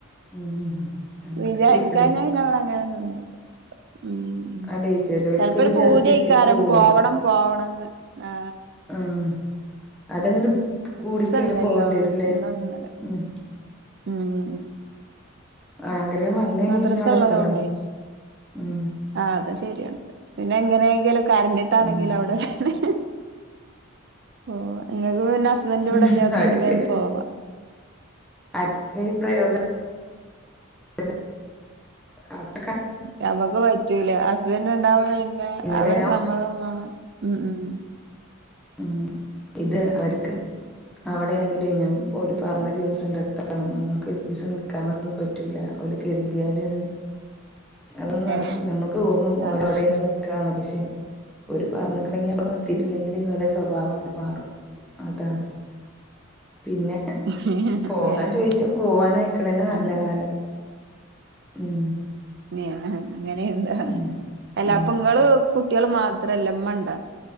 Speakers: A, in the centre; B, on the right (about 55°).
A: ഉം
B: വിചാരിക്കാന്നാ,
A: അതാ ചോയിക്കണേ
B: പിന്ന മ്മള് അങ്ങനെങ്ങ് നിന്ന് ഉം,
A: അല്ലെ ചെലോർക്ക്
B: ചിലപ്പോരു
A: ഒരു
B: പൂതി
A: ചാൻസ്
B: ഏയ്ക്കാരം
A: കിട്ടിയ പോവല്ലോ
B: പോവണം, പോവണംന്ന് ആ.
A: ആഹ് അതങ്ങട്ട് കൂടിക്കഴിഞ്ഞ
B: ഉണ്ടല്ലോ
A: പോവണ്ടി വരുംല്ലേ.
B: ഇന്നും ഇന്നലെ
A: ഉം.
B: ഉം
A: ആഗ്രഹം വന്ന് കഴിഞ്ഞാ
B: മദ്രസള്ളതോണ്ടേ
A: പിന്നെ അവിടെ എത്തണം ഉം
B: ആ അത് ശരിയ പിന്നെ എങ്ങനെയങ്കിലൊ കര്ഞ്ഞിട്ടാണെങ്കിലും
A: ഉം
B: അവിടെ തന്നെ, പോവാ ഇങ്ങക്ക് പിന്നെ ഹസ്ബൻഡ്
A: ഉം
B: വടെല്ലാത്തോണ്ട്
A: അത്
B: വേം,
A: ശരിയാ
B: പോവ.
A: അച്ഛന്റെ ഈ പ്രയോഗം <unintelligible> അ <unintelligible>
B: നമ്മക്ക് പറ്റൂലാ ഹസ്ബൻഡ് ണ്ടാവുമ്പോ പിന്നെ
A: ഇന്നലെ
B: അവരെ
A: ഞാൻ
B: സമ്മതം വേണം, ഉം, ഉം.
A: ഉം ഇത് അവര്ക്ക്. അവിടെയാണെങ്കിലും ഓര് പറഞ്ഞെ ദിവസം ണ്ടെത്തണം, നമ്മക്ക് ഒരീസം നിക്കാനൊന്നും പറ്റൂല കരുതിയാലര് അതൊന്നും, നടക്കൂല.
B: ഏഹ്
A: നമ്മക്ക്, തോന്നും,
B: ആഹ്
A: ഓല് അവ്ടാണ് നിക്കാണ്, ശെ ഓര്, പറഞ്ഞുക്ക്‌ണെങ്കി, മ്മള് എത്തീട്ടില്ലെങ്കി ഓരെ സ്വഭാവംങ്ങട്ട് മാറും, അതാണ്. പിന്നെ,
B: ഏഹ്
A: പോകാൻ
B: ഏഹ്
A: ചോയിച്ചാ പോവാനയിക്ക്ണന്നെ, നല്ല
B: ഉം
A: കാലം ഉം.
B: <unintelligible> ങ്ങനെയുണ്ടോ,
A: ഉം
B: അല്ല,
A: ഉം
B: പ്പങ്ങള് കുട്ടിയാൾ മാത്രല്ല, മ്മണ്ട